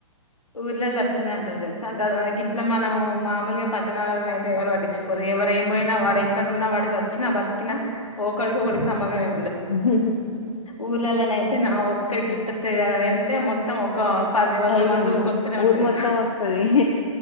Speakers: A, on the left; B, on the left.
A: ఊర్లల అట్లనే అంటారు తెలుసా గ ఇట్లా మనమూ. మామూలుగా పట్టణాలలైతే ఎవరు పట్టించుకోరు, ఎవరు ఏం బోయినా వాడు ఎక్కడున్నా, వాడు చచ్చినా, బతికినా. ఒకడికి ఒకడికి సమంధమే.
B: ఉహు.
A: ఊర్లల అయితే, నా ఒక్కడికీ, గిత్తత ఎదైనా తేలీతే, మొత్తం ఒక పది, వంద
B: అయిపోయి
A: మంది, ఊర్.
B: మొత్తం
A: కొత్తనే, ఉంటరిగా.
B: ఊరు మొత్తం వస్తది